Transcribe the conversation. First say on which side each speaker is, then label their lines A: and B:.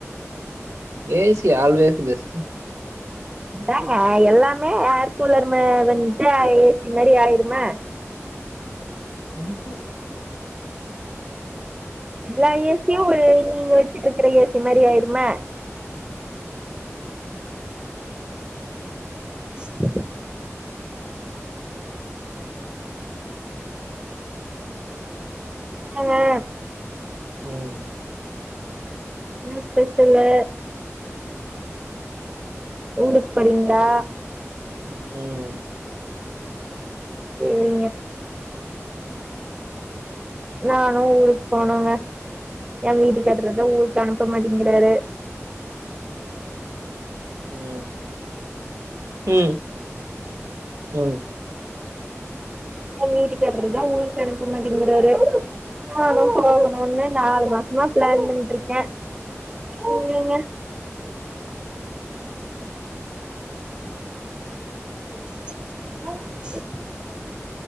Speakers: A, on the right; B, on the right.
A: ஏ சி ஆல்வேஸு பெஸ்ட்டு
B: அதாங்க எல்லாமே ஏர் கூலர் ம வந்ட்டா ஏ சி மேரி ஆயிருமா
A: ம்ஹு
B: எல்லா ஏ சி யு ஒரு நீங்க வெச்சிட்ருக்ற ஏசி மாரி ஆயிருமா
A: ம்
B: <inaudible> ஹலோ
A: ம்
B: என்ன ஸ்பெஷல்லு ஊருக் போறீங்ளா
A: ம் ம்
B: சே நானு ஊருக் போனுங்க எ வீட்டுக்காரரு தா ஊருக்கு அனுப்ப மாட்டங்கிறாரு
A: ம் ம் ம்
B: எங்க வீட்டுக் அப்பிடிதா ஊருக்கு அனுப்ப மாட்டங்கிறாரு நானு போகணுன்னு நாலு மாசமா ப்ளான் பண்ணிட்ருக்கே எங்கங்க <inaudible>